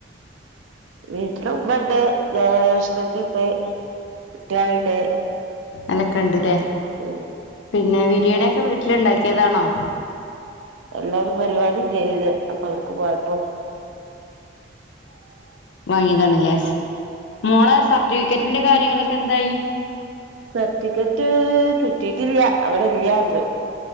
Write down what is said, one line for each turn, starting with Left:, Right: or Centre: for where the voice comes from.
Right: വീട്ടില് ഉമ്മണ്ട് ജേഷ്ടത്തിണ്ട് കുട്ട്യേളുണ്ട്
Left: ഓലൊക്കെ ഉണ്ട്ല്ലേ
Right: ആ
Left: പിന്നെ ബിരിയാണിയൊക്കെ വീട്ടില് ഇണ്ടാക്കിയതാണോ
Right: അല്ല ഒരു പരിപാടി ഇണ്ടായിരിന്ന് അപ്പൊ അവടുക്ക് പോയപ്പോ
Left: വാങ്ങിയതാണല്ലേ മോളെ സർട്ടിവിക്കറ്റിന്റെ കാര്യങ്ങളൊക്കെ എന്തായി
Right: സർട്ടിക്കറ്റ് കിട്ടീട്ടില്ല അവിടെ ഇല്ലാറിഞ്ഞു